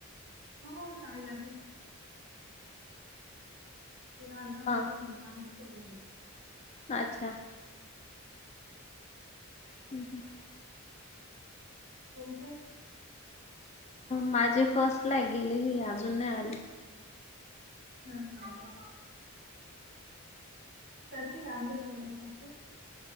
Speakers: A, on the right; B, on the left.
A: हो <unintelligible> म्हण तला अध मिती
B: हा
A: म्हणते आम सल.
B: अच्छा! <unintelligible>
A: कोणते.
B: माझी फर्स्टलाई गेलेली अजून नाही आली.
A: हम्म! हम! सती कामदज वगैरे करते.